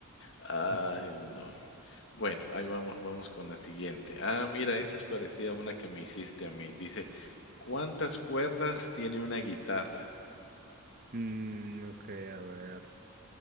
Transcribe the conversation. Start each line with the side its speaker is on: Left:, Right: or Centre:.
Left: Ay,
Right: Ujú.
Left: no. Bueno, ahí vamos, vamos con la siguiente. Ah, mira, esta es parecida a una que me hiciste a mí. Dice, ¿cuántas cuerdas tiene una guitarra?
Right: Mm, ok, a ver.